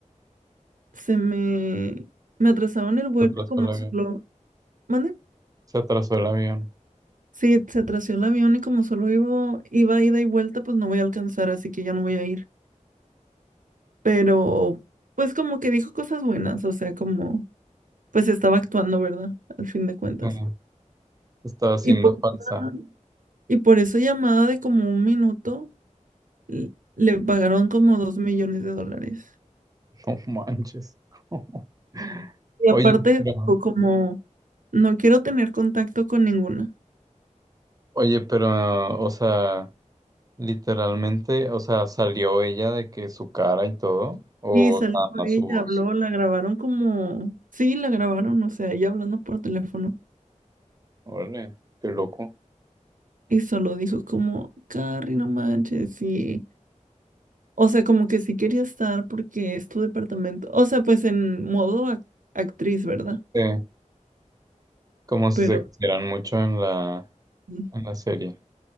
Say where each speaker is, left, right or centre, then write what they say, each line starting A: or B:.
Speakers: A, on the right; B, on the right.
A: se me, me atrasaron el vuelo
B: se atrasó
A: y como
B: el avión.
A: solo, ¿mande?
B: Se atrasó el avión.
A: Sí, se atrasó el avión y como solo iba, iba ida y vuelta, pues no voy a alcanzar, así que ya no voy a ir. Pero, pues como que dijo cosas buenas, o sea, como, pues estaba actuando, ¿verdad? Al fin de cuentas.
B: Sí, estaba siendo
A: Y por,
B: falsa.
A: esa- y por esa llamada de como un minuto, l- le pagaron como dos millones de dólares.
B: No manches. <laughs>
A: Y
B: Oye,
A: aparte,
B: pero,
A: o como, no quiero tener contacto con ninguna.
B: oye, pero, o sea, literalmente, o sea, salió ella de que su cara y todo, o
A: Sí, salió
B: nada más
A: ella,
B: su voz.
A: habló, la grabaron como, sí, la grabaron, o sea, ella hablando por teléfono.
B: Órale, qué loco.
A: Y solo dijo como, Carrie, no manches, sí. O sea, como que sí quería estar porque es tu departamento. O sea, pues en modo ac- actriz, ¿verdad?
B: Sí, como si
A: Pero
B: se quisieran mucho en la,
A: sí,
B: en la serie.